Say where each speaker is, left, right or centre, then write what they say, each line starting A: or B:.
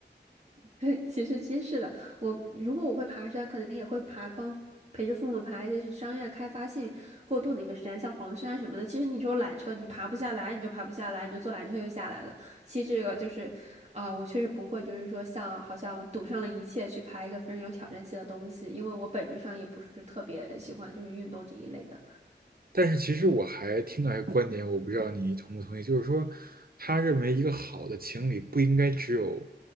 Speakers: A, on the right; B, on the right.
A: 对，其实其实是的，我如果我会爬山，可能也会爬帮陪着父母爬一些是商业开发性过度的一个山，像黄山什么的。其实你说缆车，你爬不下来，你就爬不下来，你就坐缆车就下来了。其实这个就是，啊、我确实不会，就是说像好像赌上了一切去爬一个非常有挑战性的东西，因为我本质上也不是特别喜欢就是运动这一类的。
B: 但是其实我还听到一个观点，我不知道你同不同意，就是说，他认为一个好的情侣不应该只有，